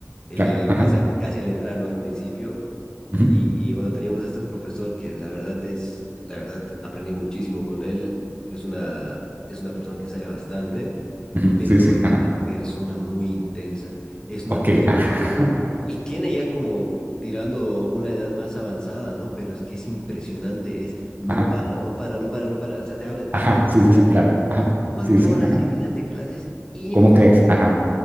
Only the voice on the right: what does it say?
claro. Ajá,
ujú,
ujú,
Sí, sí.
Ajá.
Ok.
Ajá,
<laughs>
ajá,
ajá,
Sí,
sí, sí, claro.
Ajá.
Sí, sí.
Ajá.
¿Cómo
crees? Ajá.